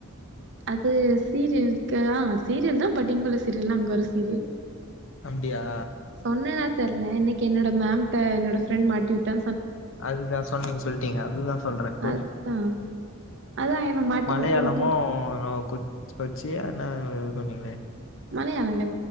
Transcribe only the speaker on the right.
அது சீரியலக்குதா சீரியல் தா பட்டிகுள்ளர் சீரியல்லா அங்க ஒரு சீரியல்
சொன்னேனா தெர்ல இன்னைக்கு என்னோட மேம்ட்ட என்னோட ஃப்ரெண்ட் மாட்டி விட்டா
அதா அதா என்ன மாட்டி
விட்டுறதுக்கு
மலையாள